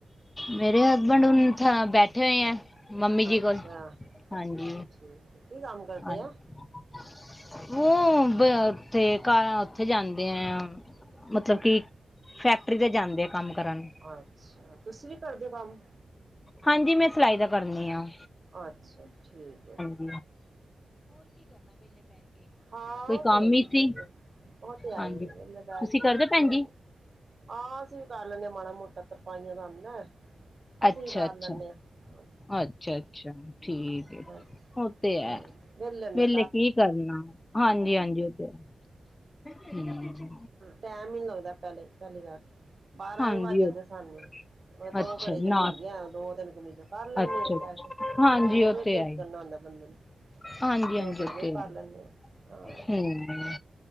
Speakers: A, on the left; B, on the right.
A: ਮੇਰੇ ਹਸਬੈਂਡ ਬੈਠੇ ਹੋਏ ਆ, ਮੰਮੀ ਜੀ
B: ਅੱਛਾ
A: ਕੋਲ
B: ਅੱਛਾ
A: ਹਾਂਜੀ
B: ਅੱਛਾ
A: ਹਾਂ
B: ਠੀਕ ਹੈ ਕੀ ਕੰਮ ਕਰਦੇ
A: <unintelligible>
B: ਆ ਅੱਛਾ
A: ਮਤਲਬ ਕਿ ਫੈਕਟਰੀ ਤੇ ਜਾਂਦੇ ਆ ਕੰਮ ਕਰਨ ਨੂੰ।
B: ਅੱਛਾ, ਤੁਸੀਂ ਵੀ ਕਰਦੇ ਹੋ ਕੰਮ।
A: ਹਾਂਜੀ, ਮੈਂ ਸਿਲਾਈ ਦਾ ਕਰਨੀ ਆ।
B: ਅੱਛਾ, ਠੀਕ ਹੈ।
A: ਹਮ।
B: ਹਾਂ
A: ਕੋਈ
B: ਉਹ
A: ਕੰਮ
B: ਤੇ ਆਈ।
A: ਹੀ ਸੀ
B: ਫਿਰ ਉਹ ਤੇ ਆਈ
A: ਹਾਂਜੀ
B: ਆ ਲਦਾ
A: ਤੁਸੀਂ
B: ਕੇ
A: ਕਰਦੇ ਭੈਣ ਜੀ
B: ਹਾਂ ਅਸੀਂ ਵੀ ਕਰ ਲੈਦੇ ਮਾੜਾ ਮੋਟਾ ਤਰਪਾਈਆਂ ਦਾ ਅਸੀਂ
A: ਅੱਛਾ
B: ਵੀ ਕਰ
A: ਅੱਛਾ
B: ਲੈਂਦੇ ਹਾਂ
A: ਅੱਛਾ ਅੱਛਾ ਠੀਕ ਹੈ
B: ਬਸ।
A: ਉਹ ਤੇ
B: ਅੱਛਾ।
A: ਹੈ
B: <unintelligible> ਮਤਲਬ
A: ਵੇਲੇ ਕੀ ਕਰਨਾ ਹਾਂਜੀ ਹਾਂਜੀ ਉਹ ਤੇ ਹੈ। ਹਮ
B: ਟਾਇਮ ਹੀ ਨੀ ਲੱਗਦਾ ਪਹਿਲੇ, ਪਹਿਲੀ ਗੱਲ ਬਾਰਾਂ
A: ਹਾਂਜੀ
B: ਵੀ ਵੱਜ ਜਾਂਦੇ
A: ਉਹ-
B: ਆ ਸਾਨੂੰ। ਹੁਣ ਦੋ
A: ਅੱਛਾ
B: ਘੜੀ ਜਿਹੜੀ
A: ਨਾ
B: ਹੁੰਦੀ ਆ ਦੋ- ਤਿੰਨ ਕਮੀਜ਼ ਕਰ ਲੈਂਦੇ
A: ਅੱਛਾ ਅੱਛਾ
B: ਆ ਪੈ ਕੇ
A: ਹਾਂਜੀ
B: ਹੋਰ
A: ਉਹ
B: ਵਿਹਲੇ
A: ਤੇ ਆਈ
B: ਕੀ ਕਰਨਾ ਹੁੰਦਾ ਬੰਦੇ ਨੇ
A: ਹਾਂਜੀ
B: ਦੋ
A: ਹਾਂਜੀ
B: ਘੜੀ ਉਹ
A: ਤੇ
B: ਕਰ
A: ਹੈ
B: ਲੈਦੇ ਆ। ਹਾਂ
A: ਹਮ।